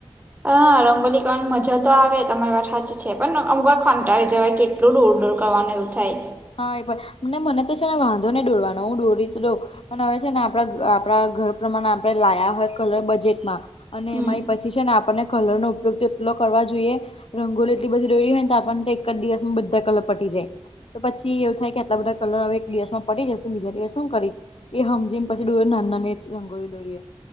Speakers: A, on the right; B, on the left.
A: આ રંગલી કરવાની મજા તો આવે તમારી વાર સાચ છે, પણ અમુક કંટાળી જવાય કેટલું ડૂર ડૂર કરવાનું એવું થાય
B: હા એ પણને મને તો છે, ને વાંધો નને દોરવાનો હું દોરી દઉં પણ હવે છે, ને આપડા આપણા ઘર પ્રમાણે આપણે લાયા હોય કલર બજેટમાં અને
A: હમ
B: એમાં એ પછી છે, ને આપણને કલરનો ઉપયોગ તેટલો કરવા જોઈએ. રંગોલી એટલી બધી દોરીયે હોય ને તો આપણને તો એક જ દિવસમાં બધા કલર પટી જાય. તો પછી એવું થાય કે આટલા બધા કલર હવે એક દિવસ માં પડી જશે બીજા દિવસ શું કરીશ એ સમમજી એમ પાછી ડોર નાના એ જ રંગોળી ડોરીએ